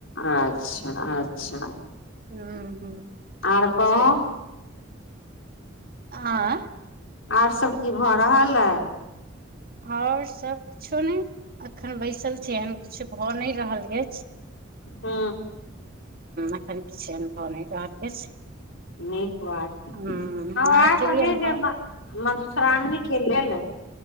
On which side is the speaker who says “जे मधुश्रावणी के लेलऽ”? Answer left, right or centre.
Left